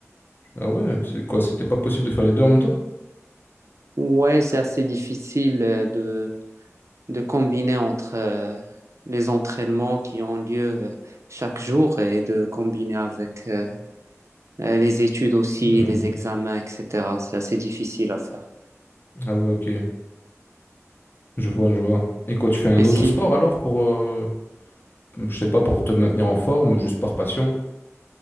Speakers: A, on the left; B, on the right.
A: Ah ouais, tu- quoi, c'était pas possible de faire les deux en même temps?
B: Ouais, c'est assez difficile euh, de, de combiner entre euh, les entraînements qui ont lieu euh, chaque jour et de combiner avec euh, euh, les études aussi,
A: Hmm.
B: les examens, etc. C'est assez difficile à faire.
A: Ah ouais, ok. Je vois, je vois. Et quoi, tu fais un
B: Et
A: autre
B: si?
A: sport alors pour, euh, je sais pas, pour te maintenir en forme ou juste par passion?